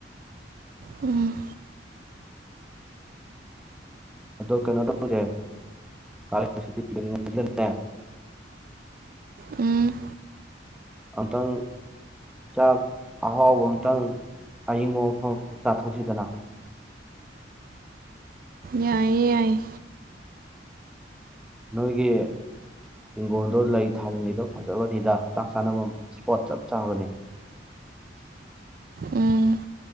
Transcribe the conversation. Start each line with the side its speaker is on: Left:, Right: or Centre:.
Right: ꯎꯝ
Centre: ꯑꯗꯣ ꯀꯩꯅꯣ ꯇꯧꯖꯦ ꯀꯂꯦꯟ ꯁꯨꯇꯤ <unintelligible>
Right: ꯎꯝ
Centre: ꯑꯝꯇꯪ ꯆꯥꯛ ꯑꯍꯥꯎꯕ ꯑꯝꯇꯪ ꯑꯏꯤꯡꯕ ꯃꯐꯝ ꯑꯝꯗ ꯆꯥꯊꯣꯛꯁꯤꯗꯅ
Right: ꯌꯥꯏꯌꯦ ꯌꯥꯏꯌꯦ
Centre: ꯅꯣꯏꯒꯤ ꯍꯤꯡꯒꯣꯜꯗꯣ ꯂꯩ ꯊꯥꯔꯤꯉꯩꯗ ꯐꯖꯕꯅꯤꯗ ꯆꯥꯛ ꯆꯥꯅꯕꯝ ꯏꯁꯄꯣꯠ ꯆꯞ ꯆꯥꯕꯅꯦ
Right: ꯎꯝ